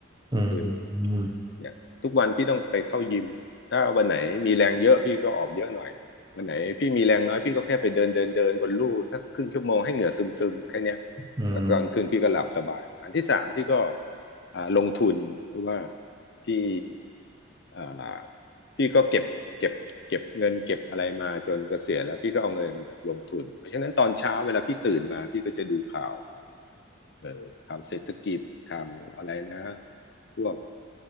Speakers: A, on the right; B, on the left.
A: อืมอืม
B: ก็คือ เนี่ยทุกวันพี่ต้องไปเข้ายิมถ้าวันไหนมีแรงเยอะพี่ก็ออกเยอะหน่อยวันไหนพี่มีแรงน้อยพี่ก็แค่ไปเดินเดินเดินบนลู่สักครึ่งชั่วโมงให้เหงื่อซึมซึมแค่เนี้ย
A: อืม
B: แล้วตอนคืนพี่ก็หลับสบายอันที่สามพี่ก็อ่าลงทุนเพราะว่าพี่อ่าพี่ก็เก็บเก็บเก็บเงินเก็บอะไรมาจนเกษียณแล้วพี่ก็เอาเงินแบบลงทุนเพราะฉะนั้นตอนเช้าเวลาพี่ตื่นมาพี่ก็จะดูข่าวเอ่อข่าวเศรษฐกิจข่าวอะไรนะพวก